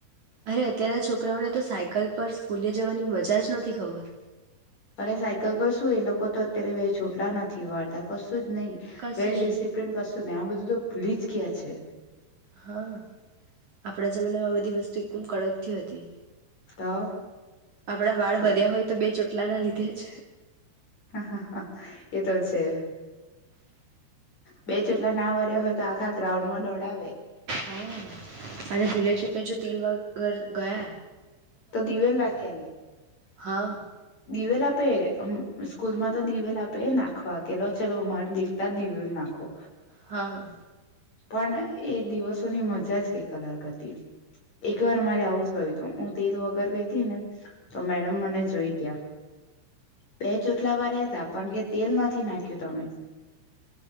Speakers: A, on the right; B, on the left.
A: અરે અત્યાર છોકરાઓને તો સાયકલ પર સ્કૂલે જવાની મજા જ નથી ખબર
B: અરે સાયકલ પર શું એ લોકો તો અત્યારે બે ચોટલા નથી વાળતા કશું જ નહી
A: કશું
B: વેલ ડિસિપ્લન
A: જ નહી
B: કશું ન આમ બધું તો ભૂલી જ ગયા છે
A: હા આપણા જમાનામાં આ બધી વસ્તુ એકદમ કડકથી હતી
B: તો
A: આપડા વાળ
B: હ
A: વધ્યા હોય તો બે ચોટલાના લીધે જ
B: હ હ એતો છે બે ચૂટલા ના વર્યા હોય તો આખા ગ્રાઉન્ડમાં દોડાવે
A: હા અને ભૂલે ચૂકે જો તેલ વગર ગયા
B: તો દીવેલ નાખ્યાને
A: હા
B: દિવેલ આપેમ સ્કૂલ માં તો દિવેલ આપે નાખવા કેલો ચલો માર દીખતા દિવેલ નાખો
A: હા
B: પણ એ દિવસોની મજા જ કઈ અલગ હતી. એક વાર મારે આવું થયું હતું હું તેલ વગર ગઈ હતી ને તો મેડમ મને જોઈ ગયા બે ચોટલા વાર્યા હતા પણ કે તેલ નથી નાખ્યું તમે.